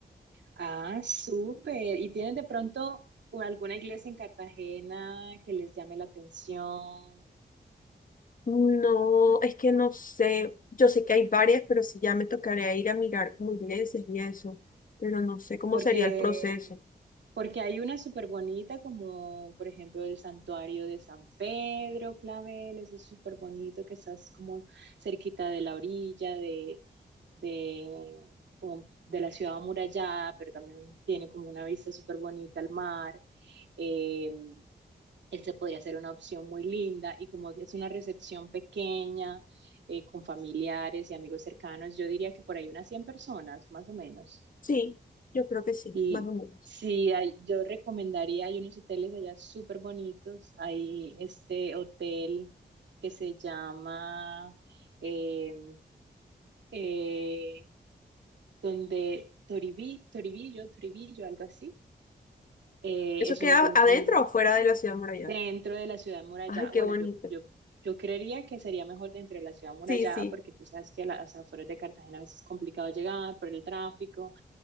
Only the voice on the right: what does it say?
Ah, súper. ¿Y tienen de pronto alguna iglesia en Cartagena que les llame la atención?
Porque,
porque hay una súper bonita, como por ejemplo el santuario de San Pedro Clavel, ese es súper bonito que estás como cerquita de la orilla de, de, como de la ciudad amurallada, pero también tiene como una vista súper bonita al mar. Eh, esa podría ser una opción muy linda y como es una recepción pequeña, eh, con familiares y amigos cercanos, yo diría que por ahí unas 100 personas, más o menos.
Y
sí, hay, yo recomendaría, hay unos hoteles allá súper bonitos. Hay este hotel que se llama eh, eh, donde Toribi, Toribillo, Toribillo, algo así. Eh,
es
un hotel
mm,
dentro de la ciudad murallada.
Bueno,
yo, yo, yo creería que sería mejor dentro de la ciudad murallada
porque tú sabes que a las afueras de Cartagena a veces es complicado llegar por el tráfico.